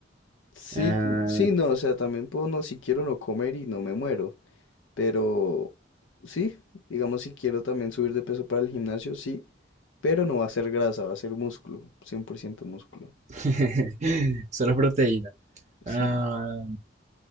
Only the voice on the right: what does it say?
Ah,
<laughs> solo proteína.
Ah,